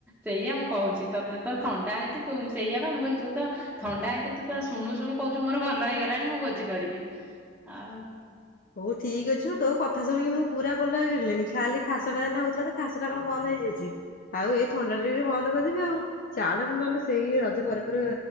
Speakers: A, in the centre; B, on the left.
A: ସେଇଆ ମୁଁ କହୁଛି ତ ତତେ ତ ଥଣ୍ଡା ହେଇଛି ତୁ ସେଇଆ ବା ମୁଁ କହିଲି ତୁ ତ। ଥଣ୍ଡା ହେଇଛି ତୁ ତ ଶୁଣୁ ଶୁଣୁ କହୁଛୁ ମୋର ଭଲ ହେଇଗଲାଣି ମୁଁ ଭୋଜି କରିବି ଆଉ।
B: ହଉ ଠିକ୍ ଅଛି ମୁଁ ତୋଉ କଥା ଶୁଣିକି ମୁଁ ପୁରା ଭଲ ହେଇ ଗଲିଣି ଖାଲି ଖାସଟା ସେମିତି ହଉଥିଲା ଯେ। ଖାସଟା କଣ ବନ୍ଦ ହେଇଯାଇଛି। ଆଉ ଏଇ ଥଣ୍ଡା ଟା ଟିକ ବନ୍ଦ କରିଦେବି ଆଉ ଚାଲ ପୁଣି ନହିଲେ ସେଇ ରଜ ପରେ ପରେ।